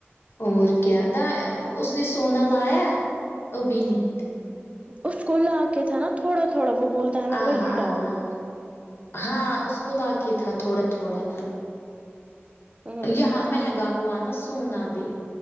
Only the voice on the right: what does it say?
اس کو لا کے تھا نا تھوڑا تھوڑا وہ بولتا ہے میں
وہی
ڈالوں
ہوں